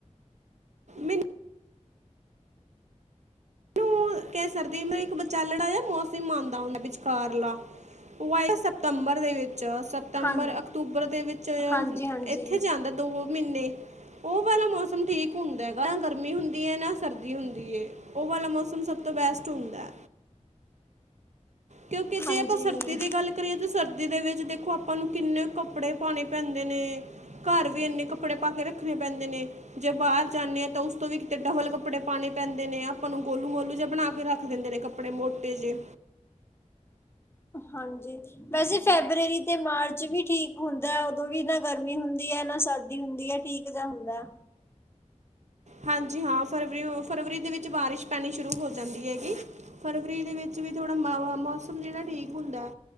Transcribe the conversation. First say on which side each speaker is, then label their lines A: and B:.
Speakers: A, on the right; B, on the left.
A: ਮਿੰਨ ਮੈਨੂੰ ਕਹਿ ਸਕਦੇ ਇੱਕ ਵਿਚਾਲੜਾ ਮੌਸਮ ਆਉਂਦਾ ਹੁੰਦਾ ਵਿਚਕਾਰਲਾ। ਉਹ ਆਇ ਸਤੰਬਰ ਦੇ ਵਿੱਚ ਸ ਸਤੰਬਰ
B: ਹਾਂ
A: ਅਕਤੂਬਰ ਦੇ ਵਿੱਚ
B: ਹਾਂਜੀ ਹਾਂਜੀ
A: ਇੱਥੇ ਜਾਂਦਾ ਦੋ। ਮਹੀਨੇ ਉਹ ਵਾਲਾ ਮੌਸਮ ਠੀਕ ਹੁੰਦਾ ਹੈਗਾ ਨਾ ਗਰਮੀ ਹੁੰਦੀ ਹੈ ਨਾ ਸਰਦੀ ਹੁੰਦੀ ਹੈ। ਉਹ ਵਾਲਾ ਮੌਸਮ ਸਭ ਤੋਂ ਬੈਸਟ ਹੁੰਦਾ। ਕਿਉਂਕਿ ਜੇ
B: ਹਾਂਜੀ
A: ਆਪਾਂ ਸਰਦੀ ਦੀ ਗੱਲ ਕਰੀਏ ਤਾਂ ਸਰਦੀ ਦੇ ਵਿੱਚ ਦੇਖੋ ਆਪਾਂ ਨੂੰ ਕਿੰਨੇ ਕੱਪੜੇ ਪਾਣੇ ਪੈਂਦੇ ਨੇ। ਘਰ ਵੀ ਇੰਨੇ ਕੱਪੜੇ ਪਾ ਕੇ ਰੱਖਣੇ ਪੈਂਦੇ ਨੇ। ਜੇ ਬਾਹਰ ਜਾਂਨੇ ਆ ਤਾਂ ਉਸ ਤੋਂ ਵੀ ਕਿਤੇ ਡਬਲ ਕੱਪੜੇ ਪਾਣੇ ਪੈਂਦੇ ਨੇ, ਆਪਾਂ ਨੂੰ ਗੋਲੂ- ਮੋਲੂ ਜਿਆ ਬਣਾ ਕੇ ਰੱਖ ਦਿੰਦੇ ਨੇ ਕੱਪੜੇ ਕਪੜੇ ਮੋਟੇ ਜੇ
B: ਹਾਂਜੀ ਵੈਸੇ ਫੈਬਰਰੀ ਤੇ ਮਾਰਚ ਵੀ ਠੀਕ ਹੁੰਦੈ ਉਦੋਂ ਵੀ ਨਾ ਗਰਮੀ ਹੁੰਦੀ ਐ ਨਾ ਸਰਦੀ ਹੁੰਦੀ ਐ ਠੀਕ ਜਾ ਹੁੰਦਾ।
A: ਹਾਂਜੀ ਹਾਂ ਫਰਵਰੀ-ਫਰਵਰੀ ਦੇ ਵਿੱਚ ਬਾਰਿਸ਼ ਪੈਣੀ ਸ਼ੁਰੂ ਹੋ ਜਾਂਦੀ ਹੈਗੀ। ਫਰਵਰੀ ਦੇ ਵਿੱਚ ਵੀ ਥੋੜਾ ਮ ਮੌਸਮ ਜੇੜਾ ਠੀਕ ਹੁੰਦੈ।